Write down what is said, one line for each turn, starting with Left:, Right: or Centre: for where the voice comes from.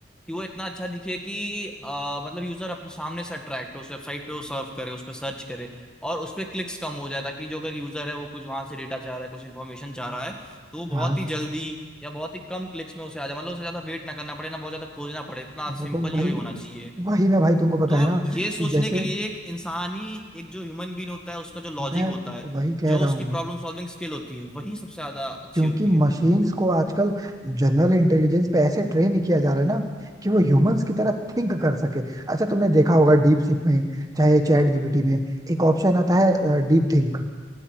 Centre: कि वो इतना अच्छा दिखे कि अ, मतलब यूजर अपने सामने से अट्रैक्ट हो उस वेबसाइट पे वो सर्व करे उस पर सर्च करे और उसपे क्लिक्स कम हो जाए ताकि जो अगर यूजर है वो कुछ वहां से डेटा चाह रहा है कुछ इन्फॉर्मेशन चाह रहा है तो वो बहुत
Right: हाँ
Centre: ही जल्दी या बहुत ही कम क्लिक्स में उसे आ जाए मतलब उसे ज्यादा वेट ना करना पड़े ना बहुत ज्यादा खोजना पड़े इतना
Right: देखो
Centre: सिंपल यूआई
Right: वही
Centre: होना चाहिए
Right: वही मैं भाई तुमको पता
Centre: तो
Right: है ना
Centre: ये सोचने
Right: कि जैसे
Centre: के लिए एक इंसानी एक जो ह्यूमन बीन होता है उसका जो लॉजिक
Right: मैं
Centre: होता है
Right: वही कह
Centre: जो
Right: रहा
Centre: उसकी
Right: हूँ
Centre: प्रॉब्लम सॉल्विंग स्किल होती है वही सबसे ज्यादा अच्छी
Right: क्योंकि
Centre: होती
Right: मशीन्स
Centre: है इनमें
Right: को आजकल जनरल इंटेलिजेंस पे ऐसे ट्रेन किया जा रहा है ना कि वो ह्यूमंस की तरह थिंक कर सके अच्छा तुमने देखा होगा डीप सीक में चाहे चैट जीपीटी में एक ऑप्शन आता है डीप थिंक